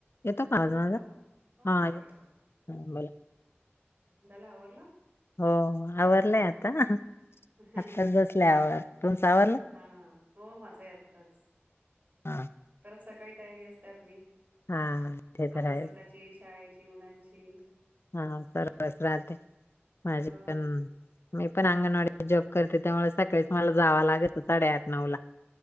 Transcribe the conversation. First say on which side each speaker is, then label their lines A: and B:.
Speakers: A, on the left; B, on the right.
A: येतो का आवाज माझा?
B: हॅलो, हो
A: हा
B: येतोय
A: येत
B: येतोय,
A: बोला.
B: झाल आवरलं?
A: हो आवरलय आता
B: ह.
A: आत्ताच
B: ह.
A: बसलंय आवर तुमचं आवरलं?
B: हा. हो माझ ही आत्ताच. <unintelligible>
A: हा
B: परत सकाळी तयारी असते आपली.
A: हा ते
B: आपली
A: तर आहेच
B: स्वतःची शाळेची मुलांची.
A: हा सर्व च राहंत. माज
B: हो
A: पन. मी पण अंगणवाडीत जॉब करते त्यामुळे. सकाळीच मला जावं लागेत साडे-आठ नऊ ला.